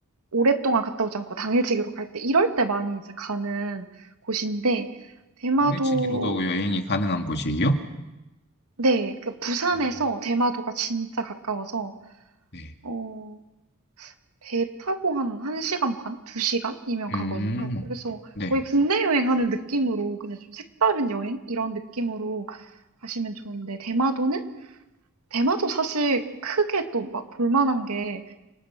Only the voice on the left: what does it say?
당일치기로도 여행이 가능한 곳이에요?
아,
네.
음,
네.